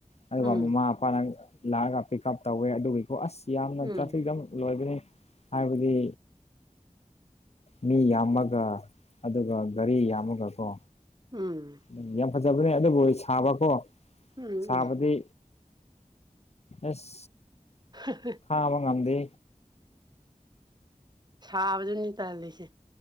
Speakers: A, on the left; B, on the right.
A: ꯑꯗꯨꯒ
B: ꯎꯝ
A: ꯃꯃꯥ ꯃꯄꯥ ꯅꯪ ꯂꯥꯛꯑꯒ ꯄꯤꯛ ꯎꯞ ꯇꯧꯋꯦ ꯑꯗꯨꯒꯤ ꯑꯣ ꯑꯁ ꯌꯥꯝꯅ
B: ꯎꯝ
A: ꯇ꯭ꯔꯥꯐꯤꯛꯇ ꯂꯣꯏꯕꯅꯤ ꯍꯥꯏꯕꯗꯤ ꯃꯤ ꯌꯥꯝꯃꯒ ꯑꯗꯨꯒ ꯒꯥꯔꯤ ꯌꯥꯝꯃꯒ ꯀꯣ
B: ꯎꯝ
A: ꯎꯝ ꯌꯥꯝ ꯐꯖꯕꯅꯦ ꯑꯗꯨꯕꯨ ꯁꯥꯕꯀꯣ
B: ꯎꯝ
A: ꯁꯥꯕꯗꯤ
B: ꯎꯝ
A: ꯑꯁ
B: ꯍꯥ-ꯍꯥ
A: ꯐꯥꯕ ꯉꯝꯗꯦ
B: ꯁꯥꯕꯗꯨꯅꯤ ꯇꯟꯂꯤꯁꯦ